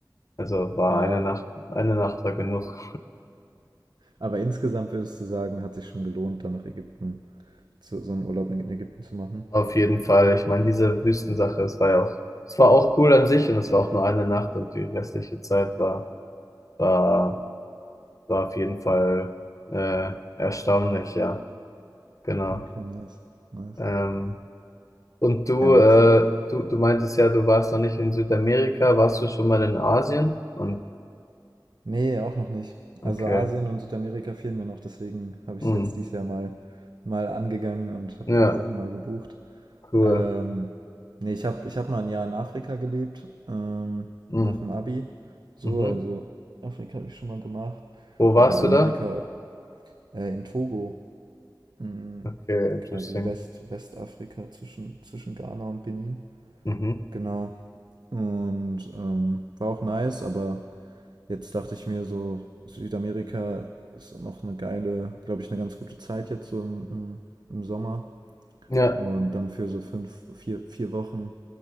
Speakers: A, on the left (about 45°); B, on the right (about 65°).
A: Also war
B: ja.
A: eine Nacht, eine Nacht war genug.
B: Aber insgesamt würdest du sagen, hat sich schon gelohnt, dann nach Ägypten, zu, so einen Urlaub in Ägypten zu machen.
A: Auf jeden Fall. Ich meine, diese Wüstensache, es war ja auch, es war auch cool an sich und es war auch nur eine Nacht und die restliche Zeit war, war, war auf jeden Fall äh, erstaunlich, ja, genau.
B: Okay, nice. Nice.
A: Ähm, und du,
B: Ja,
A: äh,
B: ich,
A: du, du meintest ja, du warst noch nicht in Südamerika, warst du schon mal in Asien? Und
B: nee, auch noch nicht. Also
A: okay,
B: Asien und Südamerika fehlen mir noch, deswegen habe ich
A: hm,
B: es jetzt dieses Jahr mal, mal angegangen und habe
A: ja,
B: die Sachen mal gebucht.
A: cool.
B: Ähm, nee, ich habe ich hab mal ein Jahr in Afrika gelebt, ähm,
A: Hm,
B: nach dem Abi. So,
A: mhm.
B: also Afrika habe ich schon mal gemacht.
A: Wo warst
B: Und halt Amerika
A: du da?
B: äh, in Togo, mm,
A: Okay, interesting.
B: quasi West, Westafrika zwischen, zwischen Ghana und Benin.
A: Mhm.
B: Genau. Und ähm, war auch nice, aber jetzt dachte ich mir so, Südamerika ist noch eine geile, glaube ich, eine ganz gute Zeit jetzt so im, im, im Sommer.
A: Ja,
B: Und dann für so fünf, vier, vier Wochen